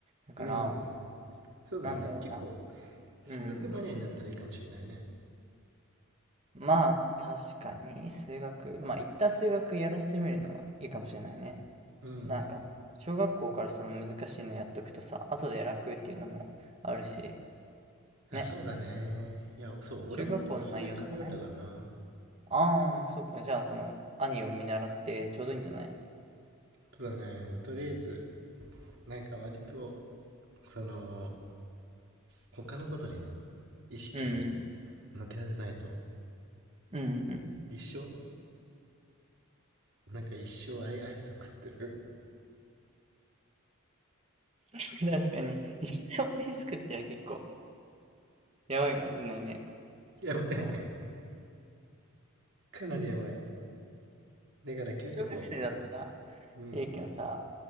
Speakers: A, on the right; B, on the right.
A: だから、
B: う。うん、そうだね。
A: なんだろうな。
B: 結構、数学マニアになったらいいかもしれないね。
A: うん。まあ、確かに、数学。まあ、一旦数学やらせてみるのはいいかもしれないね。
B: うん。
A: なんか、小学校からその難しいのやっとくとさ、後で楽っていうのもあるし、
B: あ、
A: ね。
B: そうだね。いや、そう、俺もそういう感じだったからな。
A: 中学校の内容とかね。ああ、そうか。じゃあ、その、兄を見習ってちょうどいいんじゃない
B: そうだね。まあ、とりあえず、なんか割と、その、他のことにね、意識を
A: うんうん。
B: 向けさせないと、
A: うんうんうん。
B: 一生、なんか一生あれアイスを食ってる。
A: <laughs> 確かに。一生リスクってのは結構やばいかもしんないね。
B: やばいね。
A: その、
B: かなりやばい。だから結構、
A: 小学生だったら
B: うん。
A: いいけどさ、